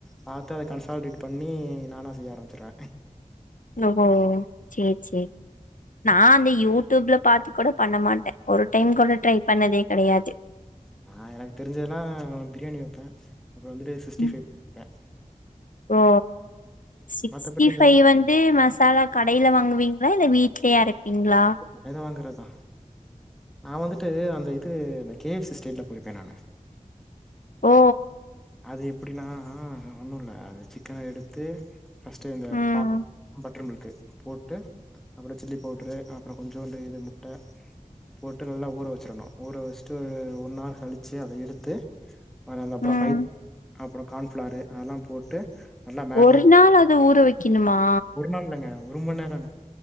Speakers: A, in the centre; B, on the left (about 75°).
A: பாத்து அத கன்சால்டேட் பண்ணி நானா செய்ய ஆரம்பிச்சுருவ
B: ஓஹோ சேர் சேர் நா அந்த யூடியூப்ல பாத்து கூட பண்ண மாட்ட ஒரு டைம் கூட ட்ரை பண்ணதே கெடையாது
A: நா எனக்கு தெரிஞ்சதெல்லா பிரியாணி வப்பே அப்புற வந்துட்டு சிக்ஸ்டி
B: ம்.
A: ஃபைவ் வப்பே
B: ஓ சிக்ஸ்டி
A: மத்தபடி இந்த
B: ஃபைவ் வந்து மசாலா கடையில வாங்குவீங்களா இல்ல வீட்லயே அரப்பீங்களா
A: கடையில வாங்கறதுதா நா வந்துட்டு அந்த இது இந்த கே எஃப் சி ஸ்டைல்ல பொறிப்ப நானு
B: ஓ!
A: அது எப்படினா ஒன்னு இல்ல அது சிக்கன எடுத்து ஃபஸ்ட்டு இந்த
B: ம்.
A: பா பட்டர் மில்க்கு போட்டு அப்புற சில்லி பவுட்ரு ஆ அப்புற கொஞ்சோண்டு இது முட்ட போட்டு நல்லா ஊற வச்சிடணு ஊற வச்சுட்டு ஒன்னார் கழிச்சி அத எடுத்து வ அந்த அப்புற
B: ம்.
A: மை அப்புற கான்ஃப்ளாரு அதெல்லா போட்டு நல்லா மேரினேட்
B: ஒரு நாள் அத ஊற வக்கிணுமா
A: <unintelligible> லங்க ஒரு மண்நேரங்க